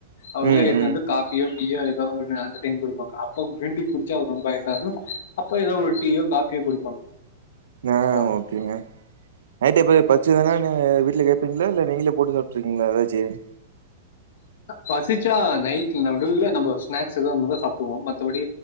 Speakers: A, on the left; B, on the right.
A: அவே
B: ம்
A: எத்து
B: ம்
A: வந்து காபி டீயோ ஏதோ அந்த டீம் கொடுப்பாங்க அப்ப கிரீன் டீ குடிச்சு அவங்க ரொம்ப இதமா இருக்கு அப்ப ஏதோ ஒரு டீயோ காபியோ கொடுப்பாங்க
B: ஆஹ்
A: அஹ்
B: ஓகேங்க <unintelligible> பச்சுதனா நீ வீட்டுல கேட்ப்பீங்களா இல்ல நீங்களே போட்டு சாப்பிட்ருவீங்களா ஏதாச்சும்
A: பசிச்சா நைட்ல நடுல நம்ம ஸ்நாக்ஸ் எத இருதா சாப்பிடுவோம் மத்தபடி